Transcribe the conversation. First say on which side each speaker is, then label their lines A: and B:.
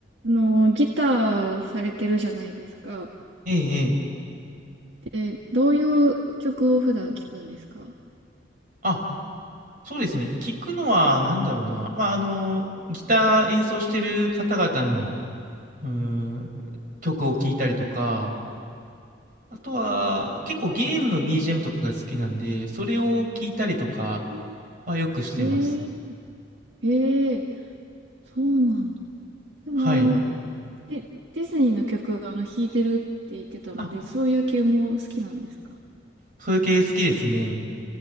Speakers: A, on the right; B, on the right.
A: あの、ギターされてるじゃないですか。
B: ええ、ええ。
A: で、どういう曲を普段聴くんですか
B: あ、そうですね。聞くのは、なんだろうな。まあ、あの、ギター演奏してる方々の、うーん、曲を聴いたりとか、あとは、結構ゲームの BGM とかが好きなんで、それを聞いたりとか
A: あ
B: はよくしてます。
A: ええええそうなんだ。でもあの、
B: はい。
A: デ、ディズニーの曲、あの、弾いてるって言ってたので、
B: あ、
A: そういう系も好きなんですか
B: そういう系好きですね。